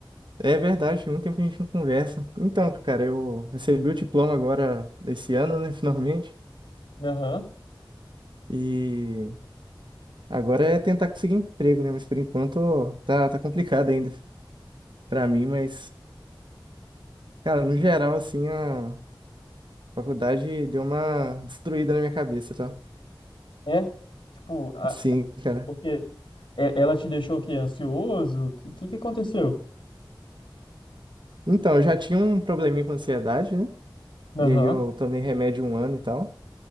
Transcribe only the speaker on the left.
Aham.
É? Tipo, a,
o quê? É, ela te deixou o quê? Ansioso? O que, que que aconteceu?
Aham.